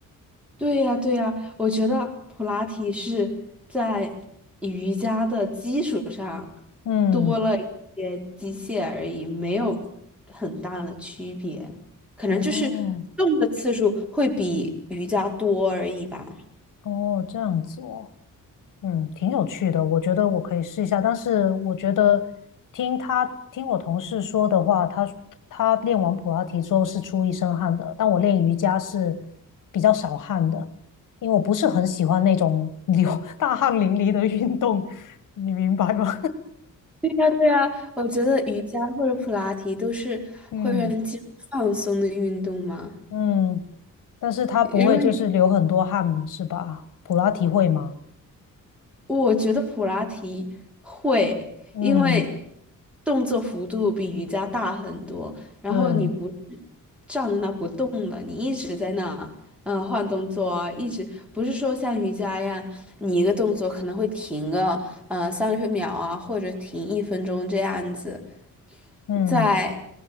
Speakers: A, in the centre; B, on the left (about 70°).
A: 对呀，对呀，我觉得普拉提是在瑜伽的基础上
B: 嗯，
A: 多了一些机械而已，没有很大的区别，可能就是动的次数会比瑜伽多而已吧。
B: 哦哦，这样子哦。嗯，挺有趣的，我觉得我可以试一下。但是我觉得听他听我同事说的话，他他练完普拉提之后是出一身汗的，但我练瑜伽是比较少汗的，因为我不是很喜欢那种流 <laughs> 大汗淋漓的运动，你明白吗？
A: 呀，对啊，我觉得瑜伽或者普拉提都是会让肌肉放松的运动嘛。
B: <laughs> 嗯嗯，但是他不会就是流很多汗，
A: 如果你，
B: 是吧？普拉提会吗？
A: 我觉得普拉提会，
B: 嗯，
A: 因为动作幅度比瑜伽大很多，然后你不是站在那不动了，
B: 对，
A: 你一直在那，嗯换动作啊，一直不是说像瑜伽一样，你一个动作可能会停个呃三十秒啊，或者停一分钟这样子。
B: 嗯
A: 在